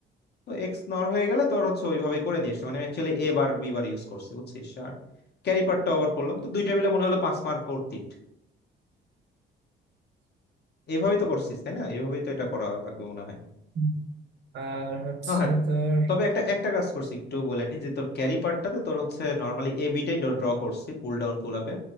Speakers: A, on the left (about 55°); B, on the right (about 65°).
A: তো এক্স নর হয়ে গেলে তোর হচ্ছে ওইভাবেই করে দিয়ে আসছে। মানে আমি actually A bar B bar use করছি বুঝছিস আর ক্যারি পার্টটা আবার করলাম তো দুইটা মিলে মনে হলো পাঁচ মার্ক করতিট এইভাবেই তো করছিস তাই না এইভাবেই তো এটা করা লাগবে মনে হয়
B: হুম। আর হচ্ছে
A: ও হ্যাঁ
B: তোর
A: তবে একটা একটা কাজ করছি একটু বলে নি যে তোর ক্যারি পার্টটাতে তোর হচ্ছে নর্মালি এ বিটাই ড্র করছি পুল ডাউন পুল আপে